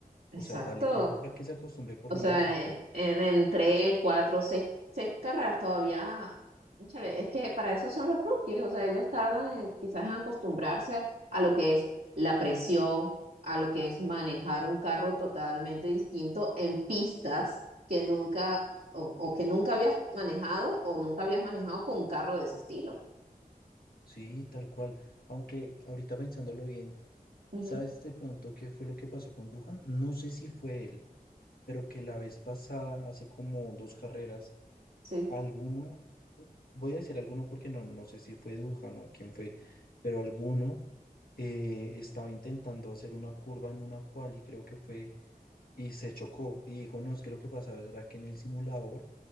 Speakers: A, on the right; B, on the left.
A: Exacto.
B: o sea, dale tiempo para que se acostumbre por
A: O
B: lo
A: sea,
B: menos.
A: eh, en, en tres, cuatro, seis, seis carreras todavía. Cónchale, es que para eso son los rookies. O sea, ellos tardan en- quizás en acostumbrarse a lo que es la presión, a lo que es manejar un carro totalmente distinto en pistas que nunca o, o que nunca habías manejado o nunca habías manejado con un carro de ese estilo.
B: Sí, tal cual. Aunque ahorita pensándolo bien,
A: Ujú,
B: ¿sabes de pronto qué fue lo que pasó con Duhan? No sé si fue él, pero que la vez pasada, hace como dos carreras,
A: sí.
B: alguno, voy a decir alguno porque no, no sé si fue Dujan o quién fue, pero alguno eh, estaba intentando hacer una curva en una quali, creo que fue, y se chocó y dijo, no, es que lo que pasaba era que en el simulador